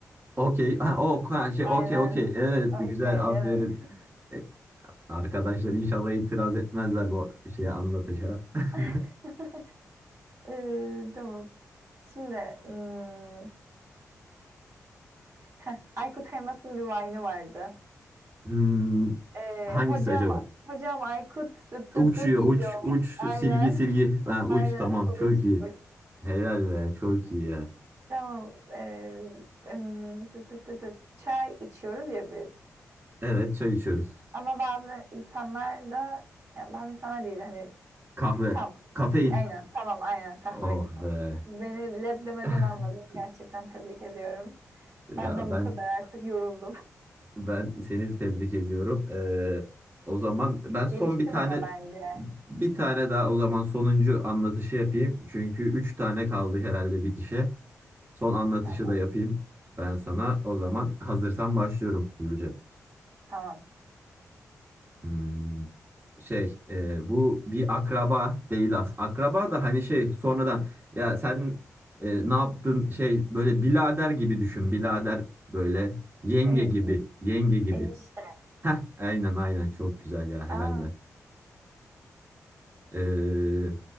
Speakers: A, on the right (about 30°); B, on the right (about 45°).
A: Okey. Ha, o ha, şey
B: Aynen.
A: okey okey. Evet
B: Okey,
A: güzel
B: evet.
A: aferin. E, Arkadaşlar inşallah itiraz etmezler bu şeye anlatışa. <laughs>
B: <laughs> Ee, tamam. Şimdi hmm, heh, Aykut Elmas'ın bir vine'ı vardı.
A: Hmm,
B: Ee,
A: hangisi
B: hocam
A: acaba?
B: hocam Aykut dıt
A: Uçuyor
B: dıt dıt yiyor
A: uç uç
B: mu? Aynen.
A: silgi silgi.
B: <laughs>
A: Ha, uç
B: Aynen.
A: tamam
B: Uç,
A: çok iyi.
B: uç.
A: Helal be çok iyi ya.
B: Tamam. Ee, em, dıt dıt dıt dıt. Çay içiyoruz ya biz.
A: Evet çay içiyoruz.
B: Ama bazı insanlar da ya bazı insanlar değil hani
A: Kahve.
B: tamam
A: Kafein.
B: aynen tamam aynen kahveydi
A: Oh
B: tamam.
A: be.
B: Beni leb demeden
A: <laughs>
B: anladın. Gerçekten tebrik ediyorum.
A: Ya
B: Benden
A: ben
B: bu kadar artık yoruldum.
A: ben seni tebrik ediyorum. Ee, o zaman
B: <laughs>
A: ben son
B: Geliştim
A: bir tane
B: ama bence.
A: bir tane daha o zaman sonuncu anlatışı yapayım. Çünkü üç tane kaldı herhalde bitişe. Son anlatışı
B: Tamam
A: da yapayım ben sana. O zaman hazırsan başlıyorum Gülce.
B: tamam.
A: Hmm, şey e, bu bir akraba değil as. Akraba da hani şey sonradan ya sen e, ne yaptın şey böyle birader gibi düşün. Birader böyle yenge
B: E,
A: gibi yenge gibi.
B: enişte.
A: Heh aynen aynen çok güzel ya helal
B: Aa,
A: be. Ee,